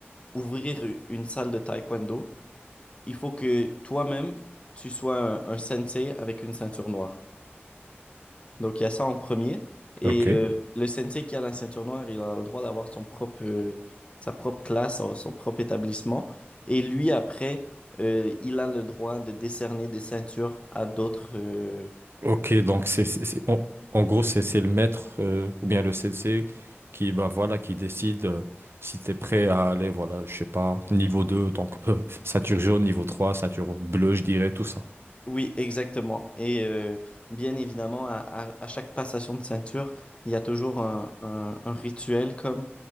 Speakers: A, on the left; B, on the right.
A: ouvrir une salle de taekwondo, il faut que toi-même, tu sois un, un sensei avec une ceinture noire. Donc, il y a ça en premier. Et
B: Ok.
A: euh, le sensei qui a la ceinture noire, il a le droit d'avoir son propre, euh, sa propre classe, son, son propre établissement. Et lui, après, euh, il a le droit de décerner des ceintures à d'autres euh,
B: Ok, donc c'est, c'est- c'est- en, en gros, c'est c'est le maître euh, ou bien le sensei qui, bah, voilà, qui décide euh, si tu es prêt à aller, voilà, je sais pas, niveau 2 donc <laughs> euh, ceinture jaune, niveau 3 ceinture bleue, je dirais, tout ça.
A: Oui, exactement. Et euh, bien évidemment, à, à- à chaque passation de ceinture, il y a toujours un, un- un rituel comme